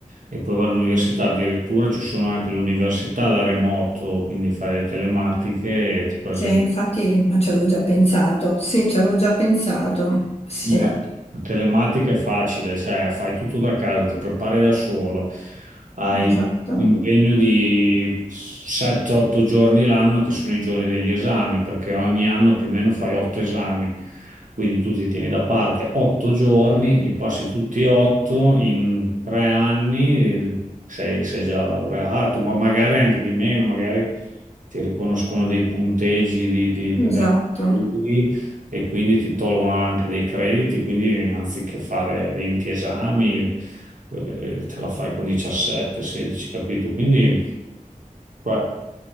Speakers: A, on the right; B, on the left.
A: e poi vai all'università. Addirittura ci sono anche le università da remoto, quindi fai le telematiche e ti presenti.
B: Sì, infatti, ma ci avevo già pensato, sì, ci avevo già pensato, sì,
A: Eh, telematica è facile, cioè fai tutto da casa, ti prepari da solo, hai
B: esatto,
A: l'impegno di 7-8 giorni l'anno che sono i giorni degli esami, perché ogni anno più o meno fai 8 esami, quindi tu ti tieni da parte 8 giorni, li passi tutti e 8 in 3 anni, sei, sei già laureato, ma magari anche di meno, magari ti riconoscono dei punteggi di, di, di
B: esatto.
A: vari studi e quindi ti tolgono anche dei crediti, quindi anziché fare 20 esami, eh, te la fai con 17, 16, capito? Quindi beh,